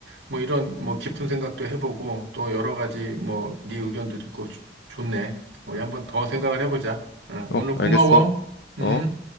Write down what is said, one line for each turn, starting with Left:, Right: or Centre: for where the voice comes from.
Right: 뭐 이런 뭐 깊은 생각도 해보고 또 여러 가지 뭐 네 의견도 듣고 좋- 좋네. 우리 한번 더 생각을 해보자. 응,
Left: 어,
Right: 오늘 고마워.
Left: 알겠어.
Right: 응.
Left: 어?